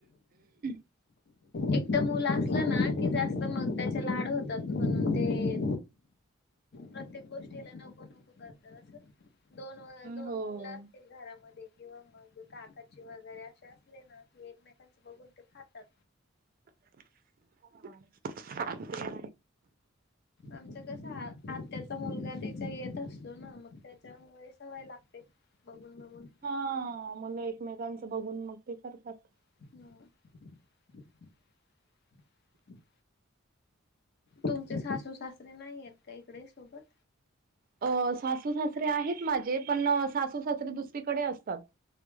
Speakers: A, on the right; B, on the left.
A: <inaudible>
B: एकटं मुलं असलं ना की जास्त मग त्याचे लाड होतात म्हणून ते प्रत्येक गोष्टीला नको नको करत अस दोन दोन
A: हो.
B: मुलं असले की घरामध्ये किंवा मग काकाचे वगैरे अशे असले ना की एकमेकांचे बघून ते खातात
A: हा <inaudible>
B: आमचं कसं आत्याचा मुलगा तिच्या येत असतो ना मग त्याच्यामुळे सवय लागते. बघून बघून
A: हा मुलं एकमेकांचं बघून मग ते करतात.
B: हम्म तुमचे सासू सासरे नाहीयत का इकडे सोबत?
A: अ सासू सासरे आहेत माझे पण सासू सासरे दुसरीकडे असतात.